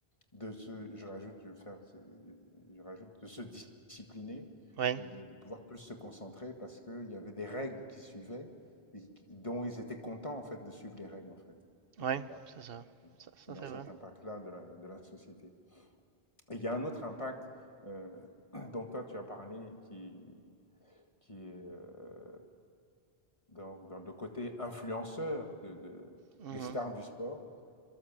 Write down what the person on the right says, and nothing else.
oui,
oui,
c'est ça.
Ça, ça,
c'est
vrai.
Mhm.